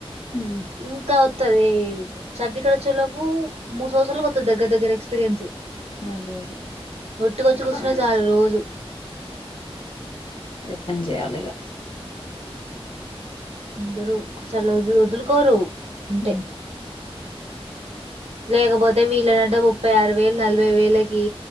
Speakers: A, on the left (about 60°); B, on the right (about 85°).
A: ఉమ్,
B: ఇంకా వతుద సర్టిఫికెట్ వచ్చే లోపు మూడు సంవత్సాల వస్తుంది దగ్గర దగ్గర ఎక్స్పీరియన్స్
A: అదే అదే
B: ఒట్టుకొచ్చి కూచు చాలు రోజు
A: అది పని చేయాలిగా
B: ఉమ్ ఇందరుసలు వ వదులుకోరు ఉంటే
A: ఆ
B: లేకపోతే వీలనంట ముప్పై ఆరు వేలు నలభై వేలకి